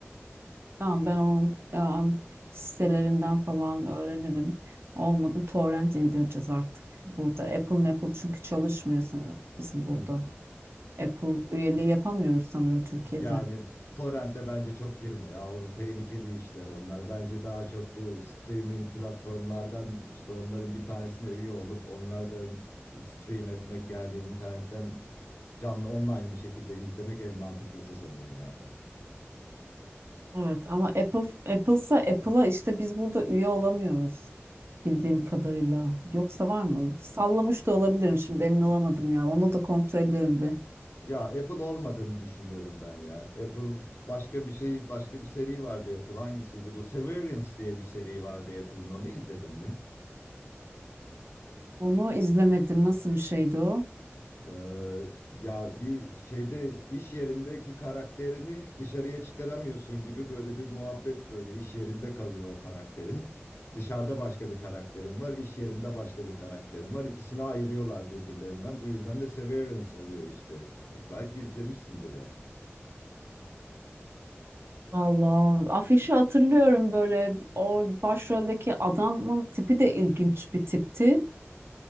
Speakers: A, on the right; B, on the left.
A: Tamam ben onun um, sitelerinden falan öğrenirim. Olmadı torrent indireceğiz artık. Burada Apple Maple çünkü çalışmıyor sanırım bizim burada.
B: Hmm.
A: Apple üyeliği yapamıyoruz sanırım Türkiye'de.
B: Yani torrente bence çok girme ya o tehlikeli işler onlar. Bence daha çok bu streaming platformlardan işte onların bir tanesine üye olup onlardan stream etmek yani internetten canlı online bir şekilde izlemek en mantıklısı sanırım yani.
A: Evet ama Apple Apple'sa Apple'a işte biz burada üye olamıyoruz bildiğim kadarıyla. Yoksa var mı? Sallamış da olabilirim şimdi emin olamadım ya. Onu da kontrol ederim bir.
B: Ya Apple olmadığını düşünüyorum ben ya. Apple başka bir şey başka bir seri vardı Apple hangisiydi bu? Severance diye bir seri vardı Apple'ın onu izledin mi?
A: Onu izlemedim. Nasıl bir şeydi o?
B: Ee, ya bir şeyde iş yerindeki karakterini dışarıya çıkaramıyorsun gibi böyle bir muhabbet böyle iş yerinde kalıyor o karakterin. Dışarıda başka bir karakterin var, iş yerinde başka bir karakterin var. İkisini ayırıyorlar birbirlerinden. Bu yüzden de Severance oluyor işte. Belki izlemişsindir ya.
A: Allah. Afişi hatırlıyorum böyle. O başroldeki adamın tipi de ilginç bir tipti.